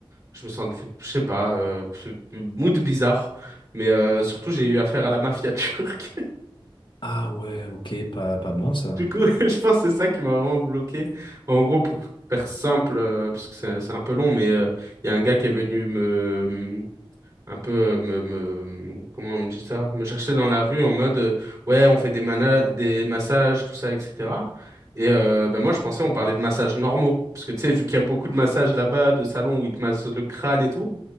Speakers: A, on the right; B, on the left.
A: Je me sentais, je sais pas, euh, p- mood bizarre, mais euh, surtout, j'ai eu affaire à la mafia <laughs> turque.
B: Ah ouais, ok, pas, pas bon ça.
A: Du coup, <laughs> je pense que c'est ça qui m'a vraiment bloqué. En gros, pour faire simple, euh, parce que c'est c'est un peu long, mais euh, il y a un gars qui est venu me mm, un peu euh, me, me mm, comment on dit ça? Me chercher dans la rue en mode euh, ouais, on fait des mana des massages, tout ça, etc. Et euh, ben moi, je pensais on parlait de massages normaux, parce que tu sais, vu qu'il y a beaucoup de massages là-bas, de salons où ils te massent le crâne et tout.